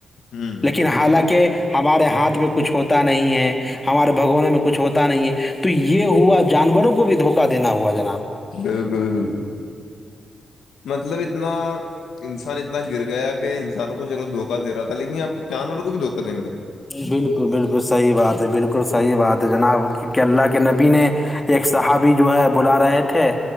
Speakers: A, on the left; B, on the left.
A: ہوں
B: لیکن حالانکہ ہمارے ہاتھ میں کچھ ہوتا نہیں ہے ہمارے بھگوانوں میں کچھ ہوتا نہیں ہے تو یہ ہوا جانوروں کو بھی دھوکا دینا ہوا جناب
A: بالکل بالکل مطلب اتنا انساننا اتنا گر گیا کہ انسانوں کو چلو دھوکا د رہا تھا لیکن اب چاند والوں کو بھی دھوکا دینے لگ گیا
B: بالکل بالکل صحیح بات ہے بالکل صحیح بات ہے جناب کی کہ اللہ کے نبی نے ایک صاحابی جو ہے بلا رہے تھے